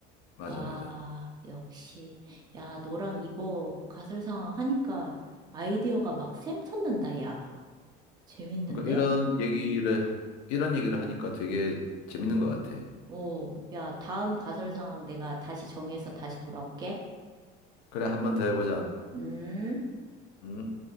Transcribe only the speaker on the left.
맞아,
맞아.
그러니까 이런 얘기를, 이런 얘기를 하니까 되게 재밌는 것 같아.
그래, 한 번 더 해보자.
음.